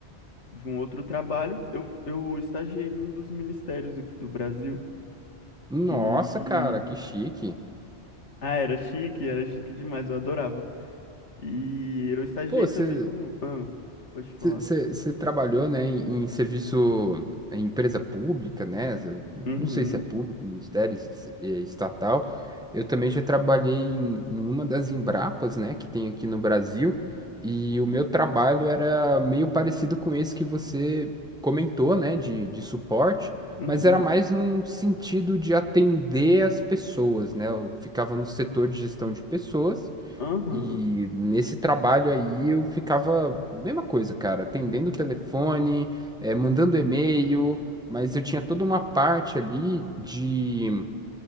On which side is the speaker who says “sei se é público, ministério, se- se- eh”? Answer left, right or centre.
Centre